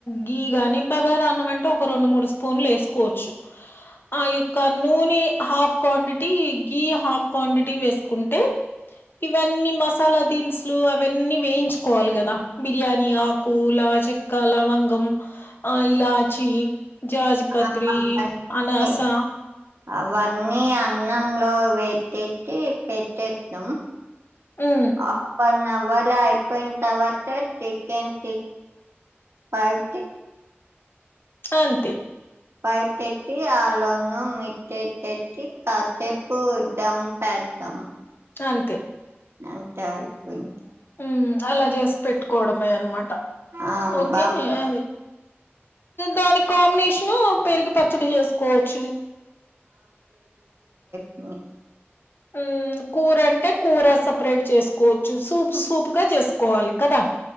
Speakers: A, on the left; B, on the right.
A: గీ గాని బగార రాన్నం అే ఒక రెండు మూడు స్పూన్ లేసు కోవచ్చు ఆ యొక్క నూనె హాఫ్ క్వాంటిటీ గి హాఫ్ క్వాంటిటీ వేస్ కుంటే ఇవన్నీ మస్ మసాలా దిన్సులు అవన్నీ వేయించుకోవాలి కదా బిర్యానీ ఆకులా చెక్కాల మంగం ఇలాచి జాజ్పత్ర
B: అవన్నీ
A: అనాసా
B: అవన్నీ అన్నంలో వట్టెట్టి పెట్టెత్తన్నాం
A: ఉమ్
B: అప్పన్నం త యిపోయింత వా టకెన్ ఫవ్
A: అ అంతే
B: బయటెట్టి ఆళ్ళన్న మిట్టెటెట్టి కత్ట్టెపుడం పెడతాం
A: అంతే
B: అంతే అయిపోయింది
A: ఉ అలా చేసి పెట్టుకోవడమే అనమాట
B: ఆ
A: ఓకే
B: బాగా
A: అ దానికి కాంబినేషను పేరుకి పచ్చడి చేసుకోవచ్చు
B: అ
A: ఉ కూర అంటే కూర సపరేట్ చేసుకోవచ్చు సూప్ సూప్గా చేసుకోవాలి కదా